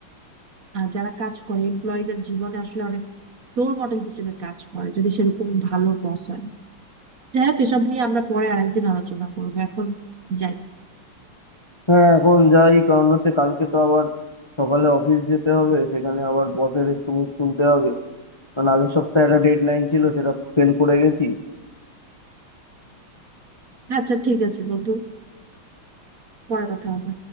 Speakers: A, on the right; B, on the left.
A: আহ, যারা কাজ করে এমপ্লয়ীদের জীবনে আসলে অনেক রোল মডেল হিসেবে কাজ করে যদি সেরকম ভালো বস হয় যাই হোক এসব নিয়ে আমরা পরে আরেকদিন আলোচনা করবো এখন যাই
B: হ্যাঁ এখন যাই কারণ হচ্ছে কালকে তো আবার সকালে অফিস যেতে হবে সেখানে আবার বসের একটু মুখ শুনতে হবে কারণ আগের সপ্তাহে একটা ডেডলাইন ছিল সেটা ফেল করে গেছি
A: আচ্ছা ঠিক আছে বন্ধু পরে কথা হবে